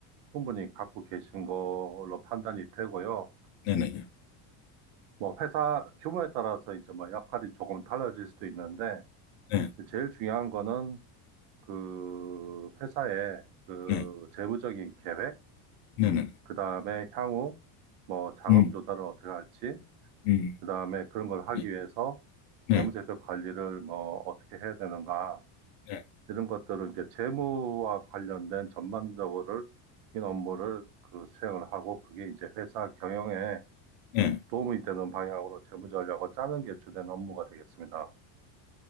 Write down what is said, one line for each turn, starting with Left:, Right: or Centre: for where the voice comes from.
Right: 충분히 갖고 계신 걸로 판단이 되고요.
Left: 네네,
Right: 뭐, 회사 규모에 따라서 이제 뭐, 역할이 조금 달라질 수도 있는데,
Left: 네,
Right: 제일 중요한 거는 그 회사의 그
Left: 네,
Right: 재무적인 계획,
Left: 네네,
Right: 그 다음에 향후, 뭐 자금
Left: 음,
Right: 조달을 어떻게 할지
Left: 음,
Right: 그 다음에 그런 걸 하기
Left: 네,
Right: 위해서
Left: 네,
Right: 재무제표 관리를 뭐 어떻게 해야 되는가
Left: 네,
Right: 이런 것들을 이제 재무와 관련된 전반적으로 인 업무를 그 수행을 하고 그게 이제 회사 경영에
Left: 네.
Right: 도움이 되는 방향으로 재무 전략을 짜는 게 주된 업무가 되겠습니다.